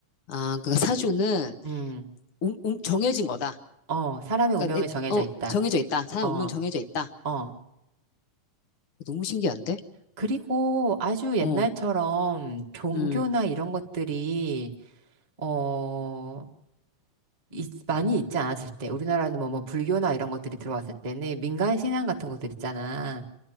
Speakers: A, on the left (about 60°); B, on the right (about 55°).
A: 아, 그 사주는
B: 음,
A: 운- 운- 정해진 거다.
B: 어, 사람의 운명이
A: 그러니까, 내-
B: 정해져
A: 어,
B: 있다.
A: 정해져 있다. 사람
B: 어,
A: 운명 정해져 있다.
B: 어.
A: 너무 신기한데?
B: 그리고 아주
A: 어,
B: 옛날처럼 종교나
A: 음,
B: 이런 것들이 어, 있- 많이 있지 않았을 때, 우리나라는 뭐, 뭐, 불교나 이런 것들이 들어왔을 때는 민간 신앙 같은 것들 있잖아.